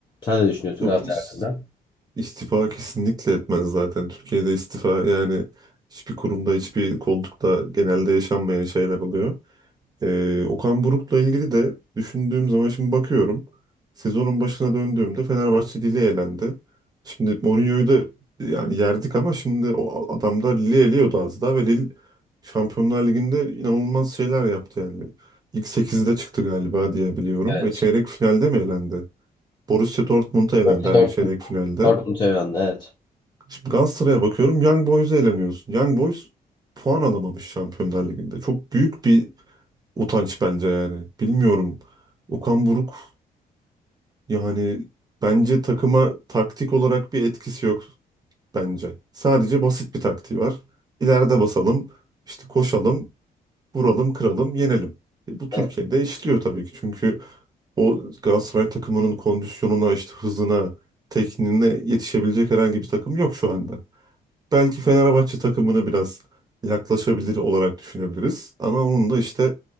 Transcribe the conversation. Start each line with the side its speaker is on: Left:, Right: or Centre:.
Left: Sen ne düşünüyorsun
Right: Yok
Left: Galatasaray
Right: is-
Left: hakkında?
Right: istifa kesinlikle etmez zaten. Türkiye'de istifa yani hiçbir kurumda, hiçbir koltukta genelde yaşanmayan şeyler oluyor. Ee, Okan Buruk'la ilgili de düşündüğüm zaman şimdi bakıyorum. Sezonun başına döndüğümde Fenerbahçe Lille elendi. Şimdi Mourinho'yu da yani yerdik ama şimdi o adam da Lille eliyordu az daha ve Lille Şampiyonlar Ligi'nde inanılmaz şeyler yaptı yani. İlk sekizde çıktı galiba diye biliyorum
Left: Evet.
Right: ve çeyrek finalde mi elendi? Borussia Dortmund'a elendi
Left: Yoksa
Right: aynı
Left: Dortmund.
Right: çeyrek finalde.
Left: Dortmund seven, evet.
Right: Şimdi Galatasaray'a bakıyorum Young Boys'a eleniyorsun. Young Boys puan alamamış Şampiyonlar Ligi'nde. Çok büyük bir utanç bence yani. Bilmiyorum. Okan Buruk yani bence takıma taktik olarak bir etkisi yok bence. Sadece basit bir taktiği var. İleride basalım, işte koşalım, vuralım, kıralım, yenelim. E, bu Türkiye'de
Left: Evet.
Right: işliyor tabii ki. Çünkü o Galatasaray takımının kondisyonuna, işte hızına, tekniğine yetişebilecek herhangi bir takım yok şu anda belki Fenerbahçe takımını biraz yaklaşabilir olarak düşünebiliriz. Ama onun da işte